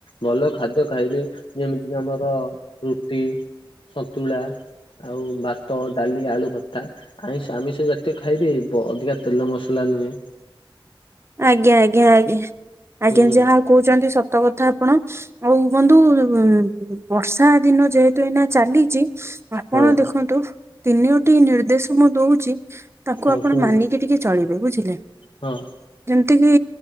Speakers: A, on the left; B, on the right.
A: ଭଲ ଖାଦ୍ୟ ଖାଇବେ ଯେମିତି କି ଆମର ର ରୁଟି ସନ୍ତୁଳା, ଆଉ ଭାତ ଡାଲି ଆଳୁ ଖଟା ଆଇଁସ ଆମିଷ ଜାତୀୟ ଖାଇବେ ବ ଅଧିକା ତେଲ ମସ ପଲାନମେ <inaudible>
B: ଆଜ୍ଞା ଆଜ୍ଞା ଆଜ୍ଞା ଆଜ୍ଞା
A: ବୁଝିପାରିଲେ
B: ଯାହାଉ କହୁଛନ୍ତି ସତ କଥା ଆପଣ ଆଉ ବନ୍ଧୁ ଉ ବର୍ଷା ଦିନ ଯେହେତୁ ତୁ ଏଇନା ଚାଲିଛି ଆପଣ
A: ହଁ
B: ଦେଖନ୍ତୁ ତିନିଓଟି ନିର୍ଦ୍ଦେଶ ମୁଁ ଦଉଛି ତାକୁ
A: ହଁ
B: ଆପଣ
A: କୁହନ୍ତୁ
B: ମାନିକି ଟିକେ ଚଳିବେ ବୁଝିଲେ?
A: ହଁ।
B: ଯେମିତି କିି